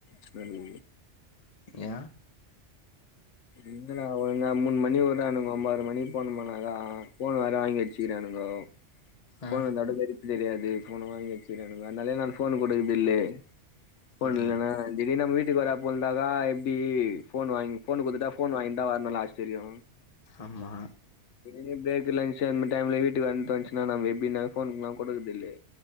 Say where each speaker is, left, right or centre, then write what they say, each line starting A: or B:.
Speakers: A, on the left; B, on the left.
A: ஷ்னாகுது
B: யா
A: எங்க டா ஒழுங்கா மூண் மணி உற்றானுங் ஒம்போர மணிக்கு போனுமாநாக ஃபோன் வேற வாங்கி வச்சுக்கிறானு ங்கோ ஃபோன்
B: ஆ
A: இந்தாட்டு கடுப்பு தெரியாது ஃபோன வாங்கி வச்சுகிறானுங் அந்னாலே நானு ஃபோனு கொடுக்குது இல்லே ஃபோன்
B: ம்
A: இல்லனா திடி நம்ம வீட் டுக் வரா போல்ந்ததா தா இப்டி ஃபோன் வாங்கி ஃபோன் குத்துட்டா ஃபோன் வாங்கின்ந்தா வர்னு லாஸ்ட் வரியு
B: ஆமா
A: திடினு பிரேக்குல லன்ஷ் அன்மி டைம்ல வீட்டுக்கு வந்து தொன்ச்சினா நம் எப்டி ந ஃபோன்க்குலா கொடுக்குது தில்லே